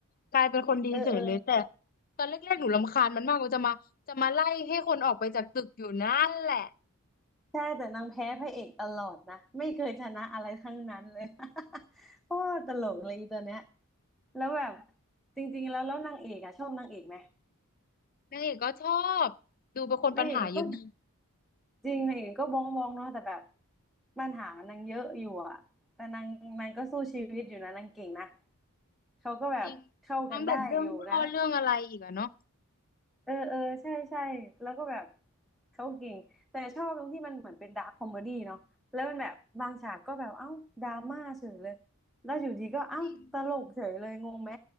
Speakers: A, on the left (about 40°); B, in the centre.
A: กลายเป็นคนดีเฉยเลยแต่
B: เออเออ
A: ตอนแรกๆหนูรำคาญมันมากว่าจะมาจะมาไล่ให้คนออกไปจากตึกอยู่นั่นแหละ
B: ใช่แต่นางแพ้พระเอกตลอดนะไม่เคยชนะอะไรทั้งนั้นเลย <laughs> โคตรตลกเลยอีตัวเนี้ยแล้วแบบจริงๆแล้วแล้วนางเอกอะชอบนางเอกไหม
A: นางเอกก็ชอบดูเป็นคนปัญหาเยอะดี
B: นางเอกมันก็จริงนางเอกก็บ้องบ้องเนาะแต่แบบปัญหานางเยอะอยู่อะแต่นางนางก็สู้ชีวิตอยู่นะนางเก่งนะเขาก็แบบเข้ากันได้อยู่นะ
A: จริงทั้งแบบเรื่องพ่อเรื่องอะไรอีกอะเนาะ
B: เออเออใช่ใช่แล้วก็แบบเขาเก่งแต่ชอบตรงที่มันเหมือนเป็นดาร์คคอมเมดี้เนาะแล้วมันแบบบางฉากก็แบบเอ้าดราม่าเฉยเลยแล้วอยู่ดีก็เอ้าตลกเฉยเลยงงไหม
A: จริง